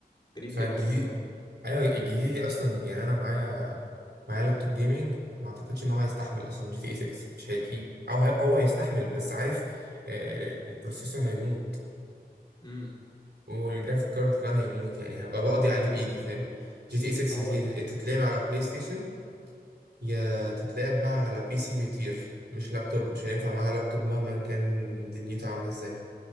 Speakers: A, on the left; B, on the right.
A: غريب
B: فالجديد
A: جدا كمان
B: ايوه الجديد دي اصلا يعني انا معايا معايا لابتوب جيمنج ما اعتقدش ان هو هيستحمل اصلا جي تي اي 6 مش هيجيب او هي... هو هيستحمل بس عارف آه البروسيسور هيموت
A: امم
B: والجرافيك كارد كمان هيموت يعني هبقى بقضي عليه بايدي فاهم جي تي اي 6
A: اه
B: دي
A: <laughs>
B: تتلعب على بلاي ستيشن يا تتلعب بقى على بي سي بيطير مش لابتوب مش هينفع معاها لابتوب مهما كان دنيته عامله ازاي